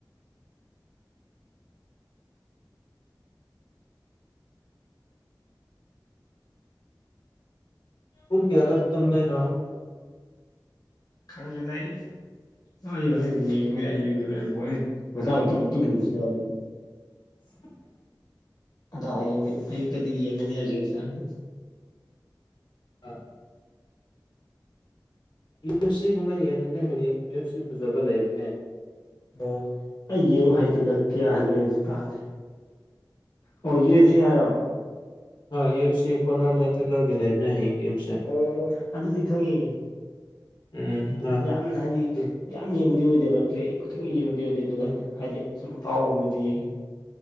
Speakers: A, on the left; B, on the left.
A: ꯄꯨꯡ ꯀꯌꯥꯗꯅ ꯇꯨꯝꯗꯨꯏꯅꯣ <unintelligible>
B: ꯈꯪꯗꯦꯗ ꯏꯁ <unintelligible> ꯍꯣꯔꯦꯟ ꯌꯦꯡꯕ ꯌꯥꯏ ꯌꯦꯡꯗꯕ ꯌꯥꯏ <unintelligible> ꯃꯁꯥ ꯃꯇꯣꯝ ꯇꯨꯃꯒꯤꯕꯁꯨ ꯌꯥꯎꯋꯦ
A: <inaudible>
B: ꯑꯗꯣ ꯍꯌꯦꯡꯗꯤ ꯑꯌꯨꯛꯇꯗꯤ ꯌꯦꯡꯒꯅꯤ ꯑꯥꯔꯖꯦꯟꯇꯤꯅꯥꯒꯤ
A: ꯑꯥ ꯌꯨ ꯑꯦꯐ ꯁꯤꯒꯨꯝꯕ ꯌꯦꯡꯉꯗꯤ ꯍꯌꯦꯡ ꯌꯨ ꯑꯦꯐ ꯁꯤ ꯐꯖꯕ ꯂꯩꯕꯅꯦ
B: ꯑꯣ ꯑꯩ ꯌꯦꯡꯉꯨ ꯍꯩꯇꯦꯗ ꯀꯌꯥ ꯃꯦꯟꯁꯨ ꯇꯥꯗꯦ ꯑꯣ ꯌꯨ ꯑꯦꯐ ꯁꯤ ꯍꯥꯏꯔꯣ
A: ꯍꯣꯏ ꯌꯨ ꯑꯦꯐ ꯁꯤ ꯀꯣꯟꯅꯔ ꯃꯦꯒ ꯒ꯭ꯔꯦꯒꯔꯒꯤ ꯂꯩꯕꯅꯦ ꯍꯌꯦꯡ ꯑꯌꯨꯛ꯫
B: ꯑꯣ ꯑꯗꯨꯗꯤ ꯈꯪꯉꯦ
A: ꯎꯝ ꯍꯣꯏ
B: ꯌꯥꯝꯅ ꯍꯥꯏꯗꯤ
A: ꯑꯗꯨ
B: ꯌꯥꯝ ꯌꯦꯡꯕꯗꯤ ꯑꯣꯏꯗꯦꯕ ꯄ꯭ꯂꯦ ꯈꯨꯗꯤꯡ ꯌꯦꯡꯕꯗꯤ ꯑꯣꯏꯗꯦ ꯑꯗꯨꯒ
A: ꯎꯝ
B: ꯍꯥꯏꯗꯤ ꯁꯨꯝ ꯑꯐꯥꯎꯕꯒꯨꯝꯗꯤ ꯌꯦꯡꯉꯦ